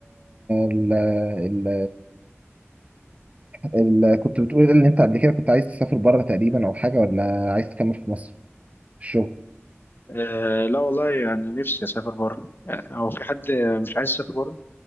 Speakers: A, on the right (about 30°); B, on the left (about 50°).
A: ال ال ال كنت بتقول إن أنت قبل كده كنت عايز تسافر بره تقريبا أو حاجة ولا عايز تكمل في مصر في الشغل
B: أه لا والله يعني نفسي اسافر بره يعني هو في حد مش عايز يسافر بره